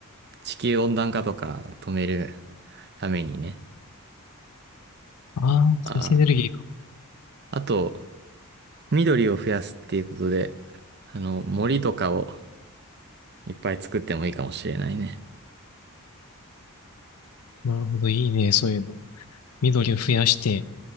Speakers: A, on the right (about 50°); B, on the left (about 80°).
A: 地球温暖化とか止めるためにね。
B: ああ、
A: あ
B: 再生エネルギーか。
A: あ。あと、緑を増やすっていうことで、あの、森とかをいっぱい作ってもいいかもしれないね。
B: なるほど、いいね、そういうの。緑を増やして、